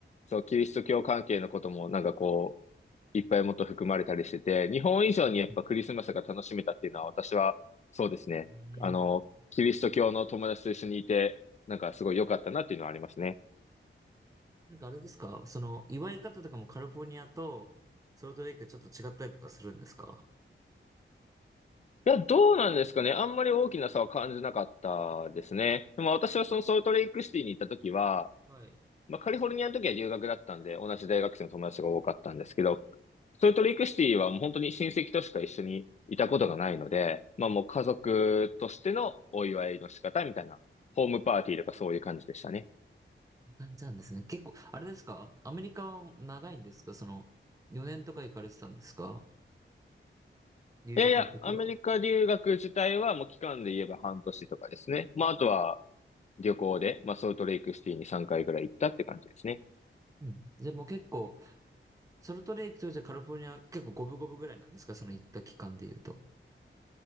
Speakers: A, on the left; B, on the right.
A: そう、キリスト教関係のこともなんかこう、いっぱいもっと含まれたりしてて、日本以上にやっぱクリスマスが楽しめたっていうのは私は、
B: はいは
A: そうですね。
B: いえー
A: あの、キリスト教の友達と一緒にいて、なんかすごい良かったなっていうのはありますね。
B: なんかあれですかその、祝い方とかもカリフォルニアとソルトレイクでちょっと違ったりとかするんですか
A: いや、どうなんですかね。あんまり大きな差は感じなかったですね。でも私はそのソルトレイクシティに行った時は、
B: はい。
A: まあカリフォルニアの時は留学だったんで、同じ大学生の友達が多かったんですけど、ソルトレイクシティはもう本当に親戚としか一緒にいたことがないので、まあもう家族としてのお祝いの仕方みたいな、ホームパーティーとかそういう感じでしたね。
B: こんな感じなんですね。結構、あれですかアメリカは長いんですかその、4年とか行かれてたんですか留学の時は。
A: いやいや、アメリカ留学自体はもう期間で言えば半年とかですね。まああとは
B: ああ。
A: 旅行で、まあソルトレイクシティに3回ぐらい行ったって感じですね。
B: うん。じゃあもう結構、ソルトレイクとじゃあカリフォルニア結構五分五分ぐらいなんですかその行った期間で言うと。